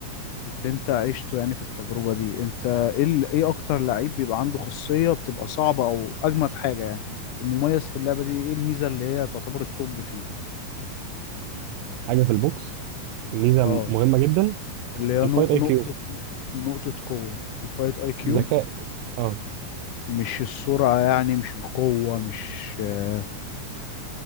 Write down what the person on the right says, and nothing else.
حاجه في البوكس ميزه
مهمه جدا
الفايت
اي
كيو
ذكاء اه